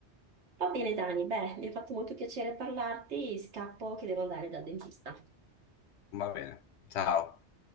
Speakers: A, on the right; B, on the left.
A: Va bene, Dani, beh, mi ha fatto molto piacere parlarti, scappo che devo andare dal dentista.
B: Va bene, ciao.